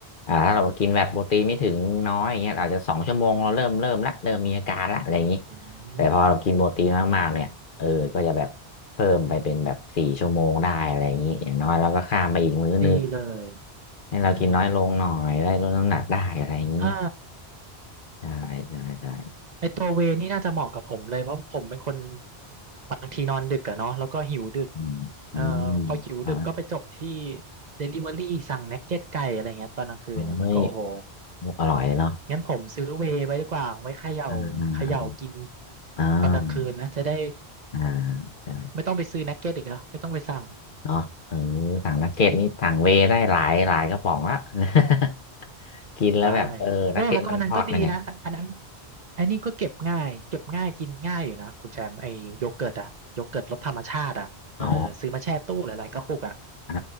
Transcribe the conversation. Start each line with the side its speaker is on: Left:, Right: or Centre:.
Left: อ่าถ้าเรากินแบบโปรตีนไม่ถึงน้อยอย่างเงี้ยอาจจะสองชั่วโมงเราเริ่มเริ่มละเริ่มมีอาการละอะไรอย่างนี้
Right: อื
Left: แต่พอเรากินโปรตีนมากๆเนี่ยเออก็จะแบบ
Right: ม
Left: เพิ่มไปเป็นแบบสี่ชั่วโมงได้อะไรอย่างนี้อย่างน้อยเราก็ข้ามไปอีกมื้อนึง
Right: ดีเลย
Left: ให้เรากินน้อยลงหน่อยได้ลดน้ำหนักได้อะไรอย่างนี้
Right: อ่าอ่า
Left: ใช่ใช่ใช่
Right: ไอตัวเวนี่น่าจะเหมาะกับผมเลยเพราะผมเป็นคน บางทีนอนดึกอะเนาะแล้วก็หิวดึก
Left: อืมอืม
Right: เอ่อพอหิวดึกก็ไปจบที่
Left: อ่า
Right: Delivery สั่งนักเก็ตไก่อะไรเงี้ยตอนกลางคืนนะมันก็โอ้โห
Left: เฮ้ยอร่อยเนาะ
Right: งั้นผมซื้อเวย์ไว้ดีกว่าไว้เขย่าเขย่ากิน
Left: อ่าอ่าอ่า
Right: ตอนกลางคืนนะจะได้
Left: อ่าใช่
Right: ไม่ต้องไปซื้อนักเก็ตอีกแล้วไม่ต้องไปสั่ง
Left: เนาะเออสั่งนักเก็ตนี่สั่งเวย์ได้หลายหลายกระป๋องละ <laughs> กินแล้วแบบเออนักเก็ตมันทอดยังไง
Right: ใช่โอ้แล้วก็อันนั้นก็ดีนะอันอันนั้นอันนี้ก็เก็บง่ายเก็บง่ายกินง่ายอยู่นะคุณแชมป์ไอ้โยเกิร์ตอะโยเกิร์ตรสธรรมชาติอะเออซื้อมาแช่ตู้หลายๆกระปุกอะ
Left: อ๋อ อ่า